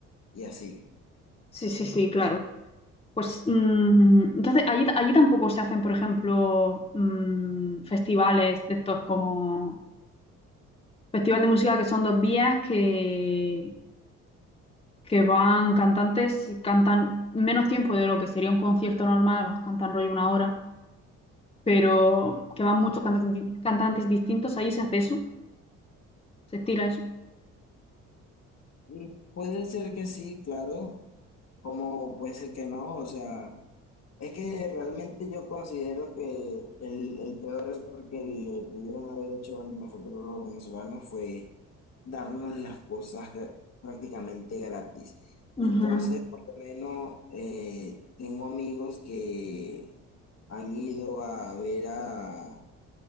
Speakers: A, on the left; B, on the left.
A: Y así.
B: sí, sí, sí, claro. Pues mm, entonces allí, allí tampoco se hacen, por ejemplo, mm, festivales de estos como festival de música que son dos días que que van cantantes y cantan menos tiempo de lo que sería un concierto normal, los cantan rollo una hora, pero que van muchos cantantes, di- cantantes distintos, allí se hace eso, se estila eso.
A: Mm, Puede ser que sí, claro, como puede ser que no, o sea, es que realmente yo considero que el, el peor error que le pudieron haber hecho a nosotros los venezolanos fue darnos las cosas gra- prácticamente gratis.
B: Ujú,
A: Entonces, por lo menos eh, tengo amigos que han ido a ver a